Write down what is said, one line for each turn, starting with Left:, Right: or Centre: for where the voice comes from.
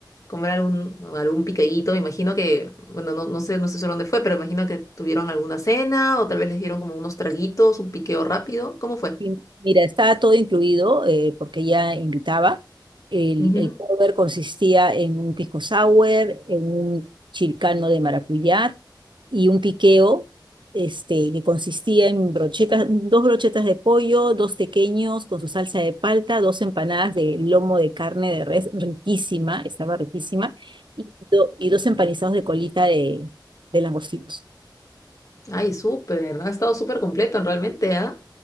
Left: comer algún, algún picadito. Me imagino que, bueno, no, no sé, no sé seguro dónde fue, pero me imagino que tuvieron alguna cena o tal vez les dieron como unos traguitos, un piqueo rápido. ¿Cómo fue?
Right: Sí, Mira, estaba todo incluido eh, porque ella invitaba. El,
Left: Ujú.
Right: el cover consistía en un pisco sour, en un chilcano de maracuyá y un piqueo este, que consistía en brochetas, dos brochetas de pollo, dos tequeños con su salsa de palta, dos empanadas de lomo de carne de res, riquísima, estaba riquísima, y, do- y dos empanizados de colita de, de langostinos.
Left: Ay, súper, ha estado súper completo realmente, ¿ah?